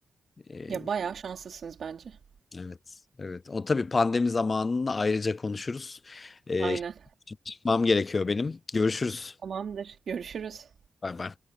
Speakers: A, on the left (about 40°); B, on the right (about 55°).
A: Ee,
B: Ya bayağı şanslısınız bence.
A: evet, evet. O tabii pandemi zamanını ayrıca konuşuruz. Ee,
B: Aynen.
A: şimdi çıkmam gerekiyor benim. Görüşürüz.
B: Tamamdır. Görüşürüz.
A: Bay bay.